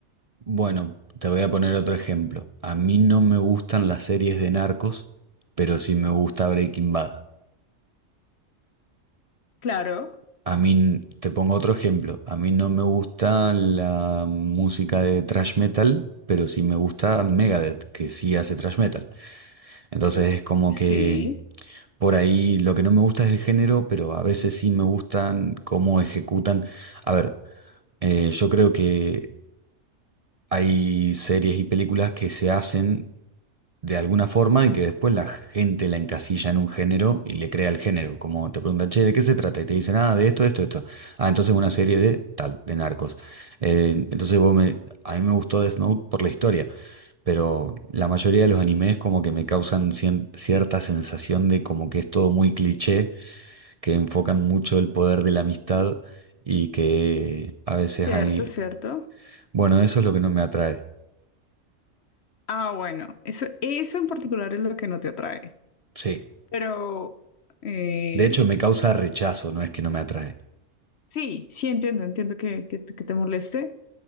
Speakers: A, on the right; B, on the left.
A: Bueno, te voy a poner otro ejemplo. A mí no me gustan las series de narcos, pero sí me gusta Breaking Bad.
B: Claro,
A: A mí, n- te pongo otro ejemplo, a mí no me gusta la música de thrash metal, pero sí me gusta Megadeth, que sí hace thrash metal. Entonces es como
B: sí,
A: que por ahí lo que no me gusta es el género, pero a veces sí me gustan cómo ejecutan. A ver, eh, yo creo que hay series y películas que se hacen de alguna forma y que después la gente la encasilla en un género y le crea el género. Como te preguntan, che, ¿de qué se trata? Y te dicen, ah, de esto, esto, esto. Ah, entonces una serie de tal, de narcos. Eh, entonces vos me, a mí me gustó Death Note por la historia, pero la mayoría de los animes como que me causan cien- cierta sensación de como que es todo muy cliché, que enfocan mucho el poder de la amistad y que a veces
B: cierto,
A: hay...
B: cierto.
A: Bueno, eso es lo que no me atrae.
B: Ah, bueno, eso, eso en particular es lo que no te atrae.
A: Sí.
B: Pero eh,
A: De hecho, me causa rechazo, no es que no me atrae.
B: sí, sí entiendo, entiendo que, que te que te moleste,